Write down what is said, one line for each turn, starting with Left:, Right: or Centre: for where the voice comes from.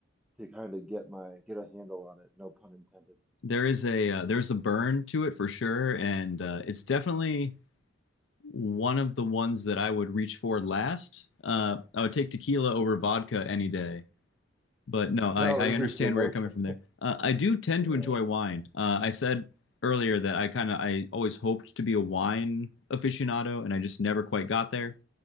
Centre: to kind of get my get a handle on it. No pun intended.
Left: there is a uh, there's a burn to it for sure and uh it's definitely one of the ones that I would reach for last. Uh, I would take tequila over vodka any day. But no, I,
Centre: No,
Left: I
Centre: interesting.
Left: understand where
Centre: Okay.
Left: you're coming from there. Uh, I do tend
Centre: Yeah.
Left: to enjoy wine. Uh, I said earlier that I kind of I always hoped to be a wine aficionado, and I just never quite got there.